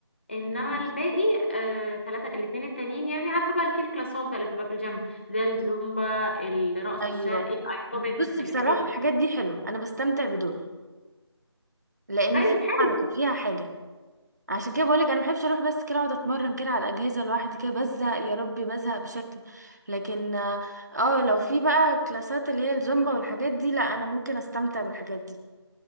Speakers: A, on the left (about 25°); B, on the right (about 40°).
A: انما
B: <laughs> ماشي.
A: الباقي آه، ثلاثه الاثنين التانيين يعني عارفه بقى في الكلاسات بقى اللي بتبقى في الجيم زي الزومبا الرقص
B: ايوه
A: الشرقي الايروبكس
B: بصي
A: الحاجات
B: بصراحه
A: دي
B: الحاجات دي حلوه انا بستمتع بدول لانه
A: طيب
B: فيها
A: حلو
B: حركه فيها حاجه عشان كده بقولك انا محبش اروح بس كده اقعد اتمرن كده على الاجهزه لوحدي كده بزهق يا ربي بزهق بشكل لكن اه آه، لو في بقى كلاسات اللي هي الزومبا والحاجات دي لا انا ممكن استمتع بالحاجات دي